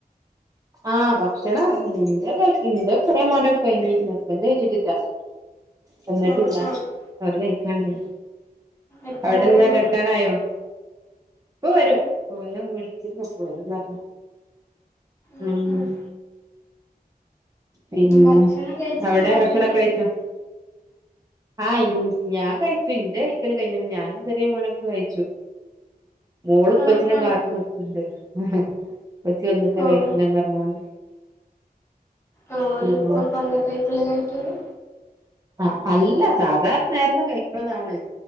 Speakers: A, on the right (about 20°); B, on the left (about 15°).
A: ആഹ് ഭക്ഷണം എന്റെ ക എന്റെ ചെറിയ മോന്റൊക്കെ കഴിഞ്, ഹസ്ബൻഡ് കഴിച്ചിട്ടില്ല. വന്നിട്ടില്ല
B: ആഹ് ആഹ്
A: അവര് കഴിക്കാണ്ട്.
B: എപ്പളാ
A: അവിടെന്താ
B: വരാ
A: കിടക്കാനായോ? ഇപ്പ വരും <unintelligible>
B: ആഹ്
A: ഉം
B: ആഹ്
A: പിന്നെ
B: ഭക്ഷണം കഴിച്ച്ന്ന്
A: അവിടെ
B: പറഞ്ഞോ
A: ഭക്ഷണൊക്കെ
B: ഇങ്ങള്
A: കഴിച്ചോ? ആഹ് ഞാൻ കഴിച്ചു. ഇന്റെ കഴിക്കല് കഴിഞ്ഞ്. ഞാനും ചെറിയ മോനൊക്ക കഴിച്ചു. മോള്പ്പച്ചിനെ
B: ആഹ് ആഹ്
A: കാത്ത് നിക്ക്ണ്ട്. ആഹാ പ്പച്ചി വന്നിട്ടാ
B: ഓഹ്
A: കഴിക്കണ്ന്ന് പറഞ്ഞോണ്ട്,
B: ആ ഓല്
A: പിന്നെ
B: ഇപ്പ ഒക്കെ വന്ന്ട്ടായിരിക്കൂലെ കഴിക്കല്?
A: ആ അല്ല സാധാരണ നേരത്തെ കഴിക്കണതാണ്